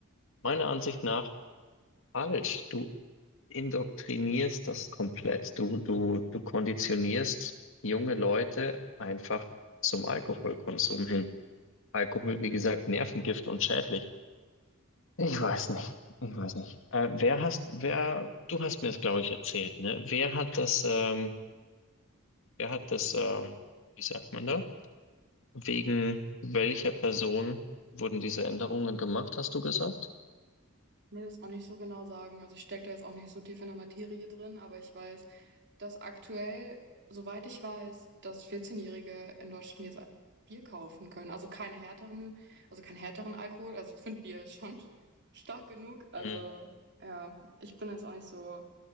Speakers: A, on the left; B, on the right.
A: Meiner Ansicht nach falsch. Du indoktrinierst das komplett. Du, du, du konditionierst junge Leute einfach zum Alkoholkonsum hin. Alkohol, wie gesagt, Nervengift und schädlich. Ich weiß nicht. Ich weiß nicht. Äh, wer hast, wer, du hast mir das, glaube ich, erzählt, ne? Wer hat das, ähm, wer hat das, ähm, wie sagt man da? Wegen welcher Person wurden diese Änderungen gemacht, hast du gesagt?
B: Nee, das auch nicht so genau sagen. Also ich stecke da jetzt auch nicht so tief in der Materie drin, aber ich weiß, dass aktuell, soweit ich weiß, dass 14-Jährige in Deutschland jetzt Bier kaufen können. Also keine härteren, also keinen härteren Alkohol. Also ich finde Bier ist schon <laughs> stark genug. Also
A: Mhm.
B: ja, ich bin jetzt auch nicht so